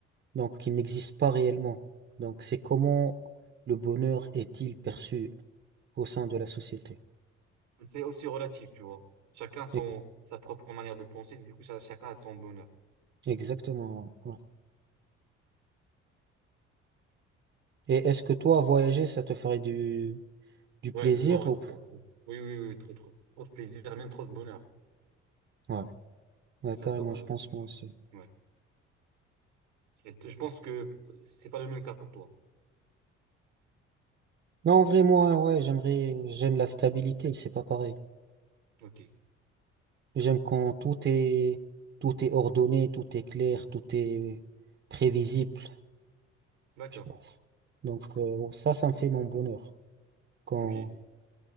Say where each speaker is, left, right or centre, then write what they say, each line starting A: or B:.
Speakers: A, on the right; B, on the right.
A: donc il n'existe pas réellement. Donc, c'est comment le bonheur est-il perçu au sein de la société.
B: C'est aussi relatif, tu vois. Chacun son,
A: E-
B: sa propre manière de penser, du coup, ça- chacun a son bonheur.
A: Exactement. ouais. Et est-ce que toi, voyager, ça te ferait du, du plaisir
B: Ouais, moi, ouais,
A: ou...
B: trop, trop. Oui, oui, oui, trop, trop. Trop de plaisir, même trop de bonheur.
A: Ouais. Ouais,
B: J'adore.
A: carrément,
B: euh,
A: je pense
B: le-
A: moi aussi.
B: ouais. Et t- je pense que c'est pas le même cas pour toi.
A: Non, en vrai, moi, ouais, j'aimerais, j'aime la stabilité, c'est pas pareil.
B: Ok,
A: J'aime quand tout est, tout est ordonné, tout est clair, tout est prévisible,
B: d'accord.
A: je pense. Donc, euh, ça, ça me fait mon bonheur. Quand,
B: Ok,